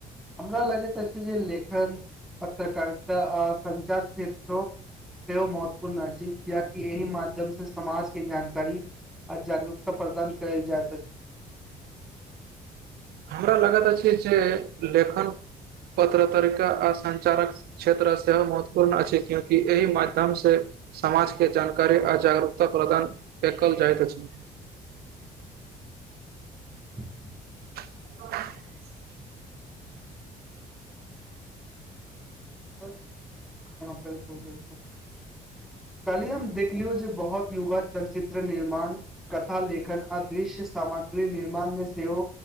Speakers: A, in the centre; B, on the right.
A: हमरा लगैत अछि अछि जे लेखन पत्रकारिता आ संचार क्षेत्र सेहो महत्वपूर्ण अछि किाकि एहिह माध्यम से समाजके जानकारी आ जागरूकता प्रदान कल जाय त अछि
B: हमरा लागैत अछि जे लेखन पत्रकारिता आ संचारक क्षेत्र सेहो महत्वपूर्ण अछि क्यूंकि एहि माध्यम से समाजके जानकारी आ जागरूकता प्रदान कएल जाइत अछि <inaudible>
A: <inaudible>
B: आओ <unintelligible>
A: हँ बिलकुल बिलकुल अछि आ कलहि हम देखलियौ जे बहुत युवा चलचित्र निर्माण कथा लेखन आ दृश्य सामग्री निर्माण मे सेहो